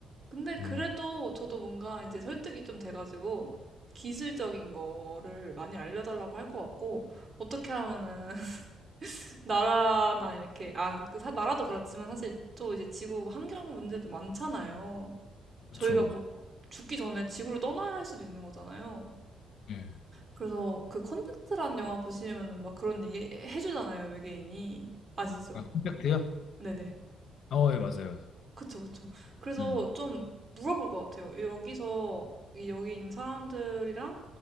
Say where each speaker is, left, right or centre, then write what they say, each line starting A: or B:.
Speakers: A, on the right; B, on the left.
A: 근데 그래도
B: 음.
A: 저도 뭔가 이제 설득이 좀 돼가지고 기술적인 거를 많이 알려달라고 할 것 같고 어떻게 하면은 <laughs> 나라나 이렇게 아, 그 사- 나라도 그렇지만 사실 또 이제 지구 환경 문제도 많잖아요.
B: 그쵸.
A: 저희가 뭐 죽기 전에 지구를 떠나야 할 수도 있는 거잖아요.
B: 예.
A: 그래서 그 컨택트란 영화 보시면은 막 그런 얘기 해주잖아요, 외계인이. 아시죠?
B: 아, 콘택트요?
A: 네네.
B: 어, 예, 맞아요.
A: 그쵸, 그쵸. 그래서
B: 네.
A: 좀 물어볼 것 같아요. 여기서, 이 여기 있는 사람들이랑